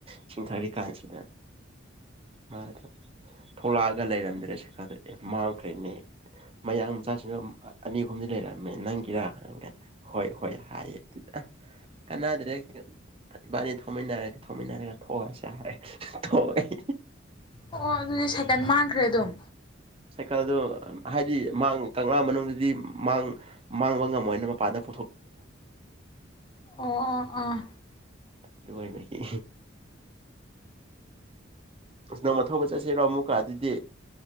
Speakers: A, on the right (about 30°); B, on the left (about 25°).
A: ꯢꯁꯤꯡ ꯊꯛꯂꯤ ꯀꯥꯟꯁꯤꯗ ꯃꯥꯗꯣ ꯊꯣꯛꯂꯛꯑꯒ ꯂꯩꯔꯝꯗ꯭ꯔꯦ ꯁꯦꯀꯥꯜꯗꯣ ꯑꯦ ꯃꯥꯡꯈ꯭ꯔꯦꯅꯦ ꯃꯌꯥꯡ ꯃꯆꯥꯁꯤꯡꯅ ꯑꯅꯤ ꯑꯍꯨꯝꯗꯤ ꯂꯩꯔꯝꯃꯦ ꯅꯪꯒꯤꯔ ꯈꯪꯒ ꯍꯣꯏ ꯍꯣꯏ ꯍꯥꯏꯌꯦ ꯑꯗꯨꯗ ꯀꯥꯟꯅꯗ꯭ꯔꯦ ꯏꯕꯥꯅꯤ ꯊꯧꯃꯤꯟꯅꯔꯁꯦ ꯊꯧꯃꯤꯟꯅꯔꯒ ꯊꯣꯛꯑꯁꯦ ꯍꯥꯏꯔꯦ ꯊꯣꯛꯑꯩ
B: ꯑꯣ ꯑꯗꯨꯗꯤ ꯁꯥꯢꯀꯟ ꯃꯥꯡꯈ꯭ꯔꯦ ꯑꯗꯨꯝ
A: ꯁꯥꯏꯀꯜꯗꯣ ꯍꯥꯏꯗꯤ ꯃꯥꯡ ꯀꯪꯂꯥ ꯃꯅꯨꯡꯗꯗꯤ ꯃꯥꯡꯕ ꯉꯝꯃꯣꯏꯅꯦ ꯄꯥꯗ ꯐ
B: ꯑꯣ ꯑ ꯑꯥ
A: ꯗꯨꯕꯥꯏꯀꯤ ꯁ ꯅꯧ ꯑ ꯊꯧꯕ ꯆꯠꯁꯤꯔꯣ ꯑꯃꯨꯛ ꯀꯥ ꯑꯗꯨꯏꯗꯤ